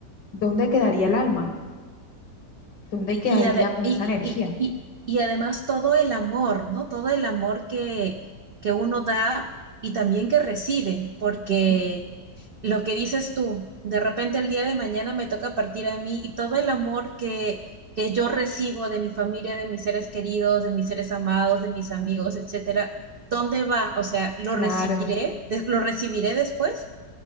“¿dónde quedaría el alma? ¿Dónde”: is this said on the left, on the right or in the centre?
Left